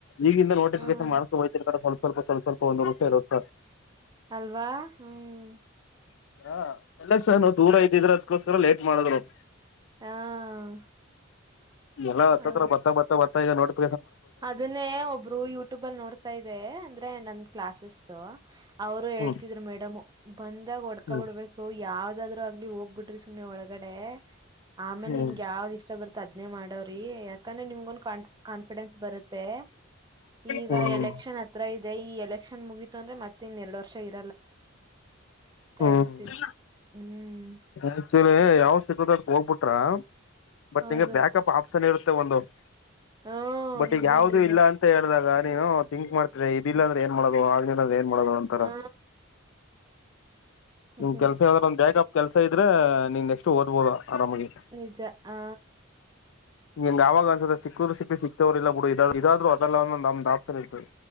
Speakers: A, on the left; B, on the right.
A: ಈಗಿಂದ ನೋಟಿಫಿಕೇಶನ್
B: ಹ್ಮ್
A: ಮಾಡ್ಕೊಂಡೆ ಹೋಯತೀರತಾರ ಸ್ವಲ್ಪ <unintelligible> ಸ್ವಲ್ಪ ಸ್ವಲ್ಪ ಓದುದಕ್ಕೆ ರೊಕ್ಕ <unintelligible>
B: ಅಲ್ವಾ ಹೂ <unintelligible>
A: ಈಗ ಎಲೆಕ್ಷನ್ ದೂರ ಇದ್ದಿದ್ರ ಅದ್ಕೋಸ್ಕರ ಲೇಟ್ ಮಾಡಿದ್ರು. <unintelligible>
B: ಹಾ <unintelligible>
A: ಎಲ್ಲ ಹತ್ತತ್ರ
B: ಹೌದು
A: ಬತ್ತ ಬತ್ತ ಬತ್ತಾ ಬರ್ತಾ ಇದೆ ನೋಡಿ. <unintelligible>
B: ಅದನ್ನೇ ಒಬ್ರು ಯೂಟ್ಯೂಬ ಅಲ್ಲಿ ನೋಡ್ತಾ ಇದೇ ಅಂದ್ರೆ ನನ್ ಕ್ಲಾಸಸ್ ದು <unintelligible> ಅವರು ಹೇಳ್ತಿದ್ರು
A: ಹ್ಮ್
B: ಮೇಡಂ ಬಂದಾಗ ಹೊಡ್ಕೊ
A: ಹ್ಮ್
B: ಬಿಡ್ಬೇಕು ಯಾವ <unintelligible> ಯಾವಾದ್ರರು ಆಗ್ಲಿ ಹೋಗ್ಬಿಟ್ರಿ ಸುಮ್ಮನೆ ಒಳಗಡೆ ಆಮೇಲೆ
A: ಹ್ಮ್
B: ನಿಮ್ಗೆ ಯಾವ್ದ್ ಇಷ್ಟ ಬರ್ತ ಅದ <unintelligible> ಅದನೇ ಮಾಡವ್ರಿ ಯಾಕಂದ್ರೆ ನಿಮ್ಗ ಕ ಕಾನ್ಫಿಡೆನ್ಸ್ <unintelligible> ಕಾನ್ಫಿಡೆನ್ಸ್ ಬರುತ್ತೆ ಈಗ
A: ಹ್ಮ್
B: ಎಲೆಕ್ಷನ್ ಹತ್ರ <unintelligible> ಇದೆ ಈ ಎಲೆಕ್ಷನ್ ಮುಗಿತ ಅಂದ್ರೆ ಮತ್ತೆ ಇನ್ ಎರಡ್ ವರ್ಷ ಇರ <unintelligible>
A: ಹೂ
B: ಹೇಳ್ತಿದ್ರು
A: <unintelligible>
B: ಹ್ಮ್
A: ಆಯ್ತ ತೊಗರಿ ಯಾವ ಸಿಗದ ಅದಕ ಹೋಗ್ಬಿಟ್ರ <unintelligible> ಬಟ್
B: ಹೌದು
A: ನಿಂಗ ಬ್ಯಾಕಪ್ ಆಫ್ಷನ್ ಇರುತ್ತೆ ಒಂದು <unintelligible>
B: ಹ್ಮ್
A: ಬಟ್ ಈಗ
B: ನಿಜ
A: ಯಾವ್ದ
B: ನಿಜ
A: ಇಲ್ಲ ಅಂತ ಹೇಳ್ದಾಗ ನೀನು ತಿಂಕ್ ಮಾಡ್ತರ ಇದಿಲ್ಲಾಂದ್ರೆ ಏನ್ ಮಾಡೋದು ಆಗ್ಲಿಲ್ಲ ಅಂದ್ರೆ ಏನ್ ಮಾಡೋದು ಅಂತಾರ
B: ಹಾ
A: ನಿಮ
B: ಅದೇನೆ
A: ಕೆಲ್ಸ ಯ್ರ ಒಂದ ಬ್ಯಾಕಪ್ ಕೆಲ್ಸ ಇದ್ರೆ ನೀನ್ ನೆಕ್ಸ್ಟ್ ಓದ್ಬೋದು ಆರಾಮಾಗಿ
B: ನಿಜ ಹ
A: ಹೆಂಗ್ ಯಾವಾಗ ಅನ್ಸದ ಸಿಕ್ಕಿದರು ಸಿಕ್ಕಲಿ ಸಿಕ್ತವ್ರ ಇಲ್ಲ ಬಿುಡು ಇದ್ರರು ಅಲ್ಲ ನಮ್ದ ಆಪ್ಷನ್ ಇರುತ್ತೆ